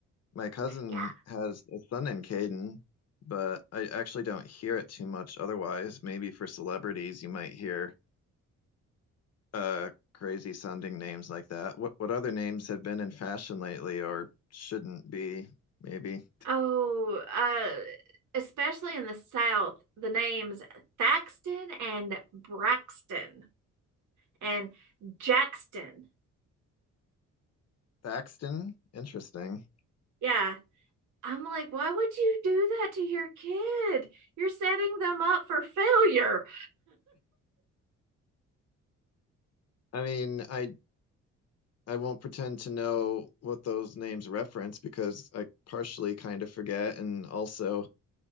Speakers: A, on the left (about 55°); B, on the right (about 75°).
A: My cousin
B: Yeah.
A: has a son named Caden, but I actually don't hear it too much otherwise. Maybe for celebrities, you might hear uh crazy sounding names like that. What what other names have been in fashion lately or shouldn't be, maybe?
B: Oh, uh, especially in the South, the names Thaxton and Braxton and Jackston.
A: Thaxton? Interesting.
B: Yeah. I'm like, why would you do that to your kid? You're setting them up for failure.
A: I mean, I I won't pretend to know what those names reference because I partially kind of forget. And also,